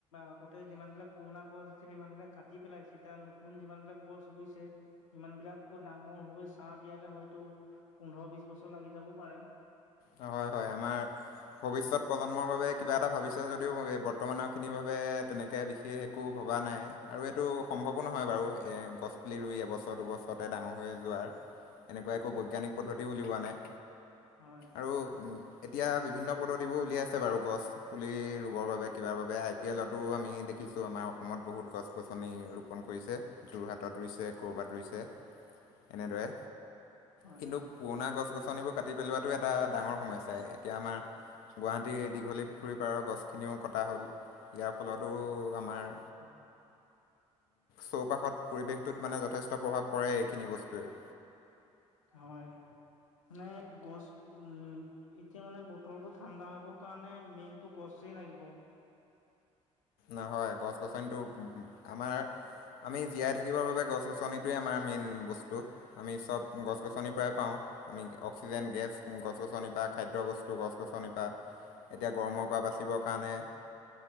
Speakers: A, on the left; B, on the left.
A: আগতে যিমান বিলাক পুৰনা গছ আছিল সিমান বিলাক কাটি পেলাইছে, এতিয়া নতুন যিমান বিলাক গছ ৰুছে ইমান বিলাক আকৌ ডাঙৰ হৈ ছাহ দিয়ালে হয়তো পোন্ধৰ বিশ বছৰ লাগি যাবও পাৰে।
B: হয়-হয় আমাৰ ভৱিষ্যত প্ৰজন্মৰ বাবে কিবা এটা ভাবিছে যদিও, বৰ্তমানৰ খিনিৰ বাবে তেনেকে বিশেষ একো ভবা নাই আৰু এইটো সম্ভৱো নহয় বাৰু, এ গছ পুলি ৰুই এবছৰ-দুবছৰতে ডাঙৰ হৈ যোৱাৰ। এনেকুৱা
A: উম।
B: একো বৈজ্ঞানিক পদ্ধতি উলিওৱা নাই।
A: হয়।
B: আৰু উ এতিয়া বিভিন্ন পদ্ধতিবোৰ উলিয়াইছে বাৰু, গছ পুলি ৰুবৰ বাবে কিবা বাবে আই পি এ তাতো আমি দেখিছো আমাৰ অসমত বহুত গছ গছনি ৰোপন কৰিছে, যোৰহাটত ৰুইছে কৰ'বাত ৰুইছে এনেদৰে,
A: হয়,
B: কিন্তু পুৰণা গছ গছনিবোৰ কাটি পেলোৱাটো এ এটা ডাঙৰ সমস্যা, এতিয়া আমাৰ গুৱাহাটীৰ দীঘলী পুখুৰীৰ পাৰৰ গছখিনিও কটা হ'ল, ইয়াৰ ফলতো আমাৰ
A: উ
B: চৌপাশত পৰিৱেশটোত মানে যথেষ্ট প্ৰভাৱ পৰে এইখিনি বস্তুৱেও।
A: হয়। মানে গছ, উম। এতিয়া মানে বতৰটো ঠাণ্ডা হোবৰ কাৰণে মেইনতটো গছ লাগিব।
B: নহয় গছ গছনিতো আমাৰ আমি জীয়াই থাকিবৰ বাবে গছ-গছনিটোৱে আমাৰ মেইন বস্তু। আমি চব গছ
A: উম,
B: গছনিৰ পৰাই পাওঁ। আমি অক্সিজেন গেছ, গছ গছনি পৰা খাদ্য বস্তু, গছ গছনি পৰা এতিয়া গৰমৰ পৰা বাচিবৰ কাৰণে